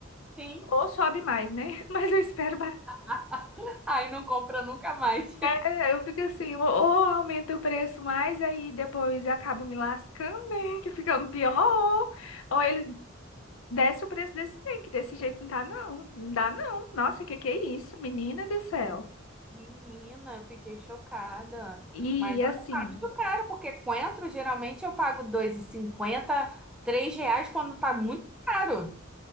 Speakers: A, in the centre; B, on the left.
A: imagino.
B: ou sobe mais, né? <laughs> Mas eu espero baratear.
A: <laughs> Aí não compra nunca mais.
B: É, eu fico assim, ou, ou aumenta o preço mais, aí depois eu acabo me lascando, né? <laughs> Que ficando pior, ou, ou ele desce o preço desse trem, que desse jeito não dá, não. Não dá, não. Nossa, que que é isso, menina do céu?
A: Menina, eu fiquei chocada.
B: E
A: Mas olha,
B: assim,
A: tá muito caro, porque coentro geralmente eu pago dois e cinquenta, três reais quando tá muito caro.